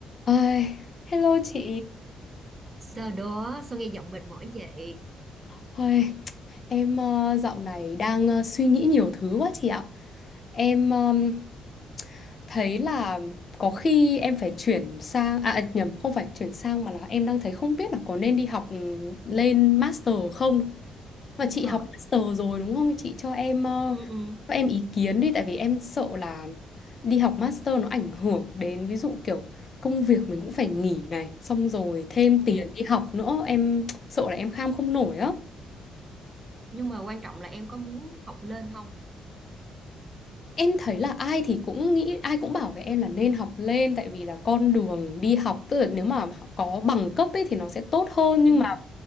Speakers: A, on the left; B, on the right.
A: Ai, hello chị.
B: sau đó sao nghe giọng mệt mỏi vậy
A: Ôi, em ờ, dạo này đang ờ, suy nghĩ nhiều thứ quá chị ạ. Em ờm, thấy là có khi em phải chuyển sang à nhầm không phải chuyển sang mà là em đang thấy không biết là có nên đi học ừ, lên master không. Mà chị
B: ờ
A: học master rồi đúng không? Chị cho em ờ,
B: ừ ừ
A: cho em ý kiến đi tại vì em sợ là đi học master nó ảnh hưởng đến ví dụ kiểu công việc mình cũng phải nghỉ này, xong rồi thêm
B: ừ
A: tiền đi học nữa, em sợ là em kham không nổi á.
B: nhưng mà quan trọng là em có muốn học lên không
A: Em thấy là ai thì cũng nghĩ ai cũng bảo với em là nên học lên tại vì là con đường đi học tức là nếu mà họ có bằng cấp ấy thì nó sẽ tốt hơn nhưng
B: ừ
A: mà